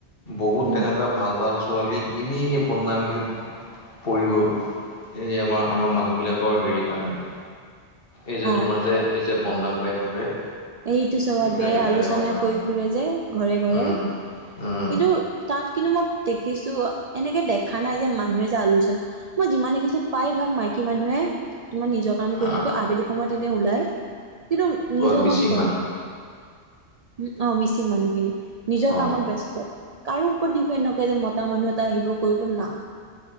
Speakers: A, on the left; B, on the right.
A: বহুত
B: উম
A: তেনেকুৱা ভাল ভাল, ছোৱালী এনেই, এনেই বদনাম সি পৰি গ'ল, এই আমাৰ আমাৰ মানুহবিলাকৰ হেৰি কাৰণে। এই যে তোমাৰ
B: অ
A: যে, এই যে বদনাম গাই ফুৰে।
B: এইটো স্বভাৱ
A: এইবিলাক
B: বেয়া
A: এইবিলাকৰ
B: আলোচনা
A: কাৰণে
B: কৰি ফুৰে যে, ঘৰে, ঘৰে
A: উম উম
B: কিন্তু তাত কিন্তু মই দেখিছো এনেকে দেখা নাই যে মানুহে যে আলোচনা- মই যিমান দেখিছো প্ৰায় ভাগ মাইকী মানুহে তোমাৰ নিজক- কাম কৰি
A: আহ
B: থাকে আবেলি সময়ত এনে ওলাই কিন্তু, নিজৰ
A: গড মিচিং
B: কাম-
A: মানুহ
B: উম' অঁ মিচিং মানুহখিনি নিজৰ
A: অ
B: কামত ব্যস্ত। কাৰো ওপৰত ডিপেণ্ড নকৰে যে মতা মানুহ এটা আহিব কৰিব না।